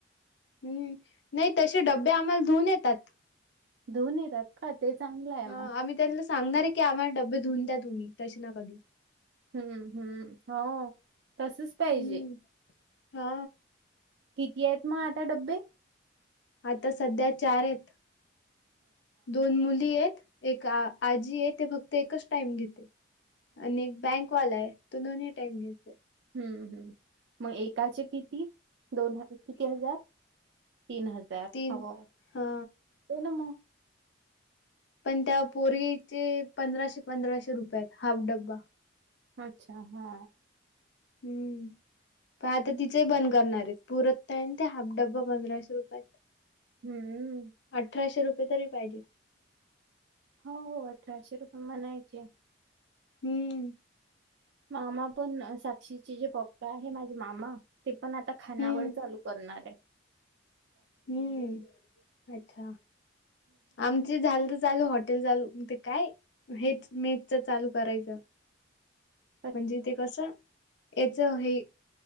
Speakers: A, on the left; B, on the right.
A: हम्म नाही तसे डबे आम्हाला धुऊन येतात.
B: धुन येतात का ते चांगलं आहे
A: ह
B: मग.
A: आम्ही त्यांना सांगणार आहे की आम्हा डबे धुन द्या तुम्ही तसे ना कधी.
B: हम्म हम्म हो तसच पाहिजे.
A: हम्म हा
B: किती आहेत मग आता डब्बे?
A: आता सध्या चार आहेत दोन मुली हेत एक आ आजी आहे ते फक्त एकच टाइम घेते आणि एक बँक कॉल आहे तो दोनही टाईम घ्यायचाय.
B: हम्म हम्म मग एकाचे किती दोन ह किती हजार? तीन हजार
A: तीन
B: हो
A: हा
B: ते ना म,
A: पण त्या पोरीचे पंधराशे पंधराशे रुपय आहेत हाफ डब्बा.
B: अच्छा हा
A: हम्म प आता तिचही बंद करणार आहेत पुरत तेन ते हाफ डबबा पंधराशे रुपयात.
B: हम्म
A: अठराशे रुपये तरी पाहिजे.
B: हो हो अठराशे रुपये म्हणायचे.
A: हम्म
B: मामा पण साक्षीचे जे पप्पा आहे माझे मामा ते पण आता खानावळ
A: हम्म
B: चालू करणार आहे.
A: हम्म अच्छा, आम च झालं तर चालू हॉटेल चालू ते काय हेच मेसच चालू करायचं.
B: <inaudible>
A: म्हणजे ते कसं याच हे